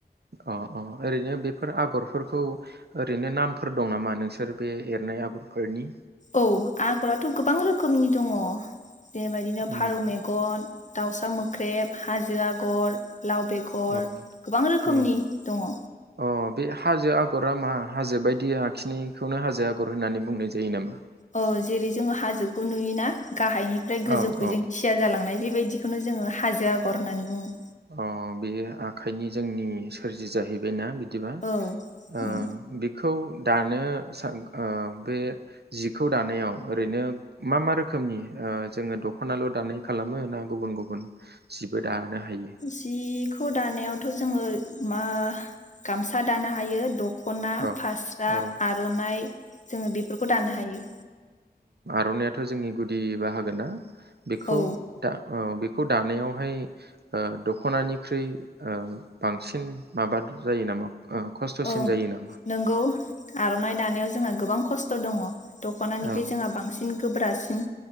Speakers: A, on the right (about 85°); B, on the left (about 50°).
A: अ अ ओरैनो बेफोर आगरफोरखौ ओरैनो नामफोर दं नामा नोंसोर बे एरनाय आगरफोरनि?
B: औ आगराथ' गोबां रोखोमनि दङ। बेबायदिनो फारौ
A: उम
B: मेगन दाउसा मोख्रेब, हाजो आगर लाव बेगर
A: अ
B: गोबां रोखोमनि
A: उम
B: दङ।
A: अ बे हाजो आगरा मा हाजो बायदि आखिनायखौनो हाजो आगर होननानै बुंनाय जायो नामा?
B: औ जेरै जोङो हाजोखौ नुयोना गाहायनिफ्राय गोजौखैजों
A: औ औ
B: थिया जालांनाय बे बेबायदिखौनो जोङो हाजो आगर होननानै बुङो।
A: अ बे आखाइनि जोंनि सोरजि जाहैबायना बि बिदिबा
B: औ
A: ओ
B: उम
A: बेखौ दानो सा ओ बे जिखौ दानायाव ओरैनो मा मा रोखोमनि ओ जोङो दख'नाल' दानाय खालामो ना गुबुन गुबुन जिबो दानो हायो?
B: जिखौ दानायावथ' जोङो मा गामसा दानो हायो द ख'ना
A: औ
B: फास्रा
A: औ
B: आर'नाइ जोङो बेफोरखौ दानो हायो
A: रनायाथ' जोंनि गुदि बाहागोना ना बेखौ
B: औ
A: दा औ बे खौ दानायावहाय ओ दख'नानिख्रुइ ओ बांसिन माबा जायो नामा? ओ खस्थ'सिन
B: ओं
A: जायो नामा?
B: नोंगौ आर'नाइ दानायाव जोंहा गोबां खस थ' दङ दख'नानिखै
A: औ
B: जोंहा बांसिन गोब्रासिन